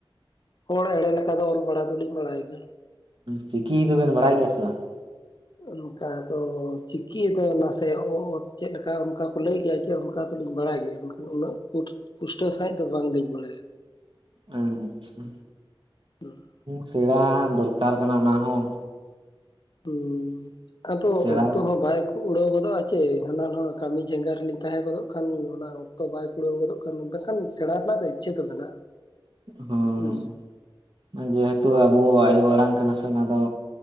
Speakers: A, on the left; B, on the right.
A: ᱦᱚᱲ ᱮᱲᱮ ᱞᱮᱠᱟ ᱫᱚ ᱚᱞ ᱯᱟᱲᱦᱟ ᱫᱚᱞᱤᱧ ᱵᱟᱲᱟᱭ ᱜᱮ᱾
B: ᱪᱤᱠᱤ ᱫᱚᱵᱤᱱ ᱵᱟᱰᱟᱭ ᱜᱮᱭᱟ ᱥᱮ ᱵᱟᱝ?
A: ᱚᱱᱠᱟ ᱫᱚ ᱪᱤᱠᱤ ᱫᱚ ᱱᱟᱥᱮ ᱚ ᱛ ᱪᱮᱫᱞᱮᱠᱟ ᱚᱱᱠᱟ ᱠᱚ ᱞᱟᱹᱭ ᱜᱮᱭᱟ ᱡᱮ ᱚᱱᱠᱟ ᱫᱚᱞᱤᱧ ᱵᱟᱲᱟᱭ ᱜᱮᱭᱟ ᱢᱮᱱᱠᱷᱟᱱ ᱩᱱᱟᱹᱜ ᱯᱩᱥᱴᱟᱹ ᱥᱟᱦᱤᱡ ᱫᱚ ᱵᱟᱝᱞᱤᱧ ᱵᱟᱲᱟᱭᱟ
B: ᱟᱪᱪᱷᱟ
A: <inaudible>
B: ᱥᱮᱬᱟ ᱫᱚᱨᱠᱟᱨ ᱠᱟᱱᱟ ᱚᱱᱟ ᱦᱚᱸ
A: ᱦᱩᱸ ᱟᱫᱚ
B: ᱥᱮᱬᱟ
A: ᱚᱠᱛᱚ ᱦᱚᱸ ᱵᱟᱭ ᱩᱲᱟᱹᱣ ᱜᱚᱫᱚᱜᱼᱟ ᱪᱮ ᱦᱟᱱᱟ ᱱᱚᱣᱟ ᱠᱟᱹᱢᱤ ᱡᱟᱸᱜᱟ ᱨᱮᱞᱤᱧ ᱛᱟᱦᱮᱸ ᱜᱚᱫᱚᱜ ᱠᱷᱟᱱ ᱚᱱᱟ ᱚᱠᱛᱚ ᱵᱟᱭ ᱠᱩᱲᱟᱹᱣ ᱜᱚᱫᱚᱜ ᱠᱟᱱ ᱵᱟᱠᱷᱟᱱ ᱥᱮᱬᱟ ᱨᱮᱱᱟᱜ ᱫᱚ ᱤᱪᱪᱷᱟᱹ ᱫᱚ ᱢᱮᱱᱟᱜᱼᱟ
B: ᱦᱚᱸ
A: ᱦᱩᱸ
B: ᱡᱮᱦᱮᱛᱩ ᱟᱵᱚ ᱟᱭᱳ ᱟᱲᱟᱝ ᱠᱟᱱᱟ ᱥᱮ ᱚᱱᱟ ᱫᱚ